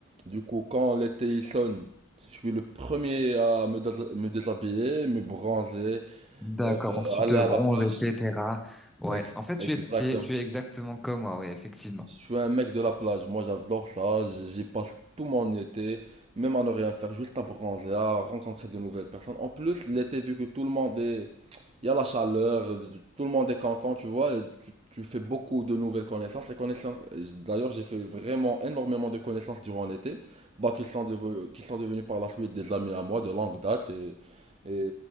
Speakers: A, on the right; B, in the centre.
A: Du coup, quand l'été il sonne, je suis le premier à me, dés- me déshabiller, me bronzer,
B: D'accord,
A: euh,
B: donc tu
A: aller
B: te
A: à
B: bronzes,
A: la plage.
B: etc. Ouais,
A: Ex-
B: en fait, tu
A: Exactement.
B: es, tu es, tu es exactement comme moi, ouais, effectivement.
A: Je suis un mec de la plage, moi j'adore ça, j'y passe tout mon été, même à ne rien faire, juste à bronzer, à rencontrer de nouvelles personnes. En plus, l'été, vu que tout le monde est... Il y a la chaleur, tout le monde est content, tu vois, et tu, tu fais beaucoup de nouvelles connaissances. Les connaissances, d'ailleurs, j'ai fait vraiment énormément de connaissances durant l'été, bah, qui sont devenus, qui sont devenus par la suite des amis à moi de longue date. Et, et